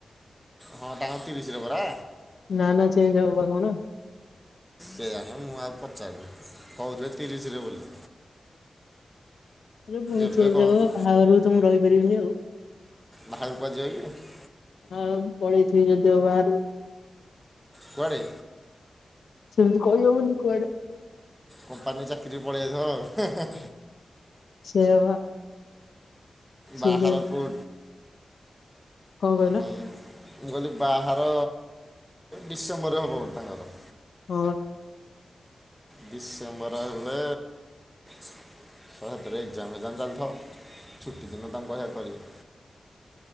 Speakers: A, in the centre; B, on the left.
A: ହଁ ତାଙ୍କର ତିରିଶିରେ ପରା।
B: ନା ନା ଚେଞ୍ଜ ହବ ପା କଣ?
A: କେଜାଣି ମୁଁ ଆଉ ପଚାରୁନି କହୁଥିଲେ ତିରିଶରେ ବୋଲି।
B: <inaudible> ପୁଣି
A: ଏବେ
B: ଚେଞ୍ଜ
A: କହନ୍ତୁ
B: ହବ ବାହାଘରକୁ ତ ମୁଁ ରହିପାରିବିନି ଆଉ।
A: ବାହାରକୁ କୁହାରେ ଯିବ କି?
B: ଆ ପଳେଇଥିବି ଯଦିଓ ବାହାରୁକୁ।
A: କୁଆଡେ?
B: ସେମିତି କହି ହବନି କୁଆଡେ।
A: କମ୍ପାନୀ ଚାକିରି ପଳେଇଆଥିବ।
B: ସେଇୟା ବା ସେ
A: ବାହାର
B: କଣ
A: କୋଉ
B: କହିଲ?
A: ହୁଁ ମୁଁ କହିଲି ବାହାର ଡିସେମ୍ବରରେ ହବ ବୋଧେ ତାଙ୍କର।
B: ହଁ।
A: ଡିସେମ୍ବର ହେଲେ ସାତରେ ଏକ୍ଜାମ ଫେଜାମ୍ ଚାଲିଥବ ଛୁଟି ଦିନ ତାଙ୍କୁ କହିବା କରିଏ।